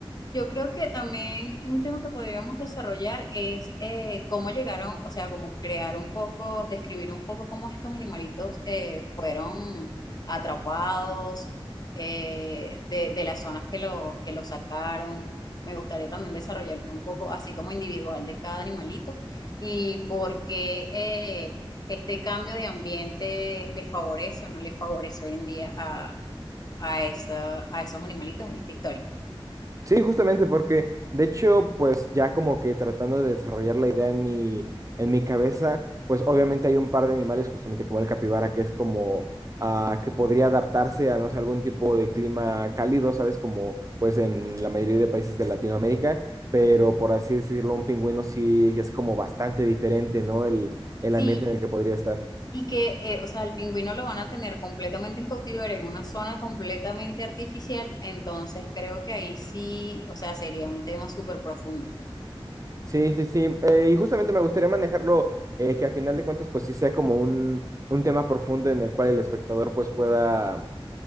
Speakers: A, on the left; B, on the right.
A: Yo creo que también un tema que podríamos desarrollar es eh, cómo llegaron, o sea, cómo crear un poco, describir un poco cómo estos animalitos eh, fueron atrapados eh, de, de las zonas que los que los sacaron. Me gustaría también desarrollar un poco, así como individual de cada animalito y por qué eh, este cambio de ambiente le favorece o no le favorece hoy en día a, a, esa- a esos animalitos en esta historia.
B: Sí, justamente porque, de hecho, pues ya como que tratando de desarrollar la idea en mi, en mi cabeza, pues obviamente hay un par de animales, justamente como el capibara, que es como ah, que podría adaptarse a, no sé, algún tipo de clima cálido, ¿sabes? Como pues en la mayoría de países de Latinoamérica, pero por así decirlo, un pingüino sí es como bastante diferente, ¿no? El, el
A: Sí,
B: ambiente en el que podría estar.
A: Y que, eh, o sea, el pingüino lo van a tener completamente en cautiverio, en una zona completamente artificial, entonces creo que ahí sí, o sea, sería un tema súper profundo.
B: Sí, sí, sí. Eh, y justamente me gustaría manejarlo, eh, que a final de cuentas, pues sí sea como un, un tema profundo en el cual el espectador pues pueda,